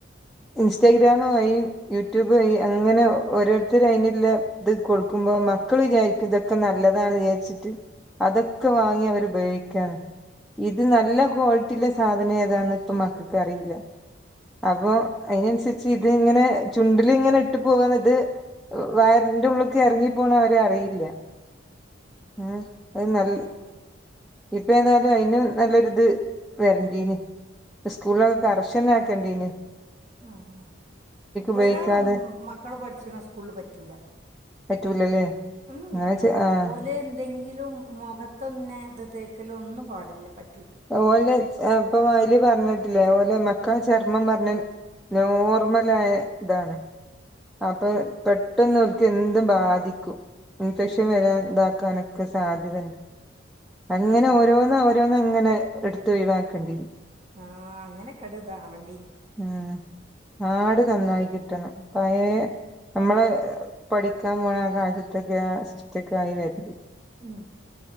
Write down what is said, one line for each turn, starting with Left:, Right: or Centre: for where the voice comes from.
Centre: ഇൻസ്റ്റാഗ്രാമ് വഴിയൂട്യൂബ് വഴി അങ്ങനെ ഓരോര്ത്തർ അയിന്ള്ള ഇത് കൊടുക്കുമ്പോ മക്കൾ വിചാരിക്കും ഇതൊക്കെ നല്ലതാണ് വിചാരിച്ചിട്ട് അതൊക്കെ വാങ്ങി അവര്പയോഗിക്കാണ് ഇത് നല്ല ക്വാളിറ്റിയിലെ സാധനം ഏതാണ് പ്പം മക്കക്ക് അറീല്ല അപ്പൊ അയിനൻസരിച്ച് ഇത് ഇങ്ങനെ ചുണ്ടില് ങ്ങനെ ഇട്ട് പോവാണ്ത് വയറിന്റെ ഉള്ള്ക്ക് എറങ്ങിപ്പോണേ ആരു അ റീല്ല ഉം അത് നല്ല
Right: ഉം.
Centre: ഇപ്പ ഏതായാലും അയ്ന് നല്ലൊരു ഇത് വെരന്റീനി സ്കൂളിലൊക്കെ കർഷ നാക്കണ്ടീനി
Right: ആ ഇവടെ
Centre: ഉപയോഗിക്കാതെ
Right: മക്കള് പഠിച്ച്ണ സ്കൂ ള്ള് പറ്റൂല
Centre: പറ്റൂലല്ലേ
Right: മ്
Centre: അങ്ങനെ ചെ ആ
Right: ഓല്എന്തെങ്കി ലുംമുഖത്തന്നെഇത് തേക്കലും ഒന്നും പാടില്ല പ
Centre: ഓല് ഇപ്പൊ അയ്ല് പറഞ്ഞേട്ട്ല്ലേ ഓലെ മക്കളെ ചർമ്മം പറഞ്ഞേനോർമലായ താണ് അപ്പൊ പെട്ടന്ന് വി എന്ത് ബാധിക്കും ഇൻഫെക്ഷൻ
Right: ഉം.
Centre: വരാൻ ഇതാക്കാനൊക്കെ സാധ്യതുണ്ട് അങ്ങനെ ഓരോന്ന് ഓരോന്ന് അങ്ങനെ എടുത്ത ഒഴിവാക്കേണ്ടി
Right: ആ അങ്ങനെയൊക്കെ ഇട് ഇതാവണ്ടീന്
Centre: ഉ നാട് നന്നായി കിട്ടണം പയേ നമ്മളെ പഠിക്കാൻ പോല ആ കാലചത്തൊക്കെ ആ സിസ്റ്റക്ക ആയി വരും
Right: ഉം